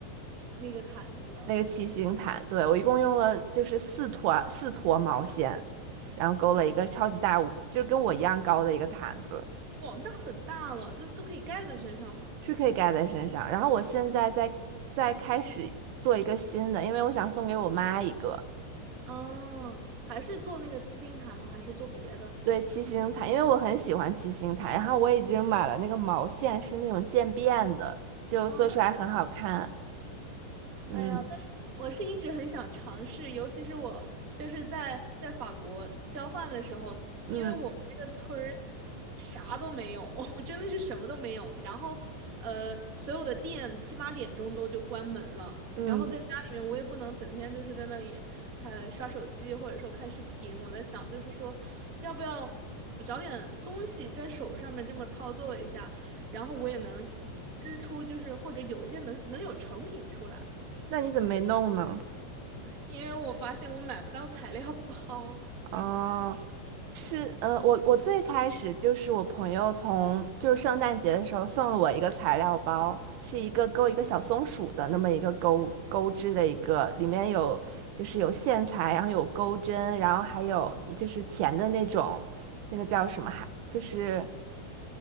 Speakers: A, on the right; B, on the right.
A: 那个毯子，
B: 那个七星毯。对，我一共用了就是四坨四坨毛线，然后勾了一个超级大，就是跟我一样高的一个毯子。
A: 哇，那很大了，就都可以盖在身上了。
B: 是可以盖在身上。然后我现在在在开始做一个新的，因为我想送给我妈一个，
A: 嗯，还是做那个七星毯吗？还是做别的？
B: 对，七星毯，因为我很喜欢七星毯。然后我已经买了那个毛线，是那种渐变的，就做出来很好看。
A: 哦，那。
B: 嗯
A: 哎呀，但是我是一直很想尝试，尤其是我就是在在法国交换的时候，
B: 嗯
A: 因为我们那个村儿啥都没有，<laughs> 真的是什么都没有。然后，呃，所有的店七八点钟都就关门了。
B: 嗯，
A: 然后在家里面，我也不能整天就是在那里看刷手机，或者说看视频。我在想，就是说，要不要找点东西在手上面这么操作一下，然后我也能织出，就是或者有一些能能有成品出来。
B: 那你怎么没弄呢？
A: 因为我发现我买不到材料包，
B: 哦。是，嗯，我我最开始就是我朋友从就是圣诞节的时候送了我一个材料包，是一个钩一个小松鼠的那么一个钩钩织的一个，里面有就是有线材，然后有钩针，然后还有就是甜的那种，那个叫什么海，就是